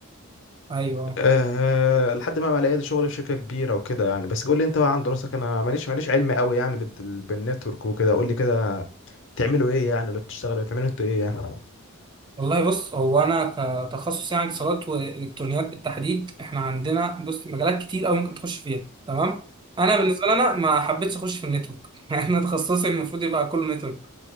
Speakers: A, on the right; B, on the left.
A: ايوه
B: أه لحد ما ما لقيت شغل في شركة كبيرة وكده يعني بس قول لي انت بقى عن دراستك انا ماليش ماليش علم قوي يعني بال- بالنتورك وكده قول لي كده بتعملوا ايه يعني اللي بتشتغلوا يعني؟ بتعملوا انتوا ايه يعني
A: والله بص هو انا كتخصص يعني اتصالات والكترونيات بالتحديد احنا عندنا بص مجالات كتير قوي ممكن تخش فيها تمام انا بالنسبه لي انا ما حبيتش اخش في النتورك <laughs> يعني انا تخصصي المفروض يبقى كله نتورك